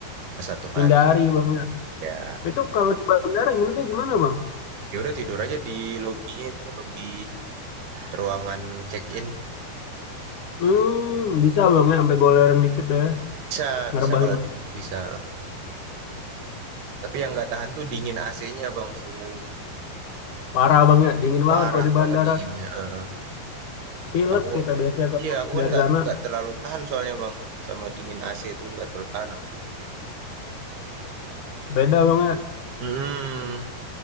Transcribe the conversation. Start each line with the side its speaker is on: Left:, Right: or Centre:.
Right: ke Satu hari.
Left: hindari bang ya
Right: Ya,
Left: itu kalau di bandara nginepnya gimana bang
Right: ya udah tidur aja di lobinya itu, lobi ruangan check-in.
Left: hmm bisa bang ya sampai goleran dikit deh
Right: Bisa,
Left: ngerebahin
Right: bisa kalau di situ bisa. Tapi yang nggak tahan tuh dingin AC-nya, Bang, sebenarnya.
Left: parah bang ya dingin
Right: Parah
Left: banget kalau di
Right: banget
Left: bandara
Right: dinginnya, heeh.
Left: pilek
Right: Aku
Left: kita biasanya kalau
Right: iya, aku kan
Left: dari
Right: nggak
Left: sana
Right: nggak terlalu tahan soalnya, Bang, sama dingin AC itu nggak terlalu tahan aku.
Left: beda bang ya
Right: Hmm,